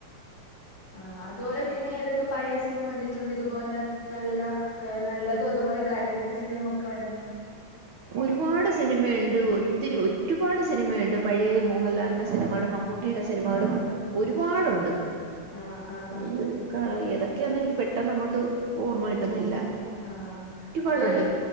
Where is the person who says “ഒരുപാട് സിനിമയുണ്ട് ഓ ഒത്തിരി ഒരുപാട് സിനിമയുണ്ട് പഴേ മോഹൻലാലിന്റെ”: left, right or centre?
Right